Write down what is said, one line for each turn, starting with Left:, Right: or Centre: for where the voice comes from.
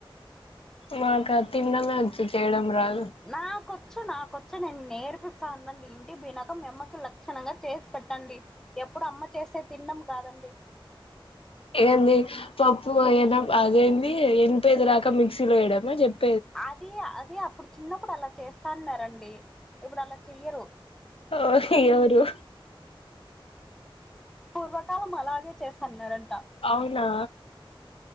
Left: మాకు తిండమే వచ్చు చేయడం రాదు
Centre: నా కొచ్చు నా వచ్చు నేను నేర్పిస్తాను అనండి ఇంటి పోయినాకా మీ అమ్మకి లక్షణంగా చేసి పెట్టండి ఎప్పుడు అమ్మ చేస్తే తిన్నాం కాదండి
Left: ఏంది పప్పు ఏనా అదే ఎంత వెయ్యాలో రాక మిక్సీలో వేయడమే చెప్పా
Centre: అది అది అప్పుడు చిన్నప్పుడు అలా చేస్తాన్నారండి ఇప్పుడు అలా చెయ్యరు
Left: ఓ ఎవరు
Centre: పూర్వకాలం అలాగే చేస్తున్నారంట
Left: అవునా